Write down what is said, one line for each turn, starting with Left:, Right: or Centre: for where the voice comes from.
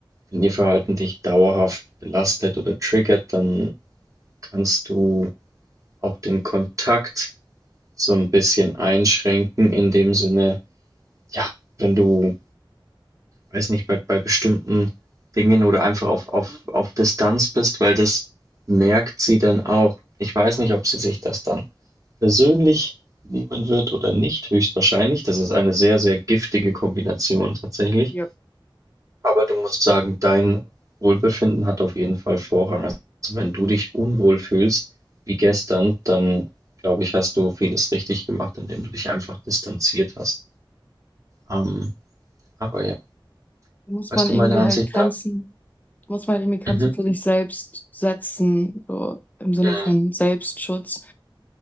Right: wenn ihr Verhalten dich dauerhaft belastet oder triggert, dann kannst du auch den Kontakt so ein bisschen einschränken in dem Sinne, ja, wenn du, weiß nicht, bei bei bestimmten Dingen oder einfach auf auf auf Distanz bist, weil das merkt sie dann auch. Ich weiß nicht, ob sie sich das dann persönlich nehmen wird oder nicht, höchstwahrscheinlich. Das ist eine sehr, sehr giftige Kombination tatsächlich.
Left: Ja.
Right: Aber du musst sagen, dein Wohlbefinden hat auf jeden Fall Vorrang. Also wenn du dich unwohl fühlst, wie gestern, dann glaube ich, hast du vieles richtig gemacht, indem du dich einfach distanziert hast. Ähm, aber ja,
Left: muss
Right: weißt
Left: man
Right: du,
Left: irgendwie
Right: meiner Ansicht
Left: halt Grenzen,
Right: nach,
Left: muss man halt irgendwie Grenzen
Right: mhm,
Left: für sich selbst setzen, so im Sinne
Right: mhm,
Left: von Selbstschutz.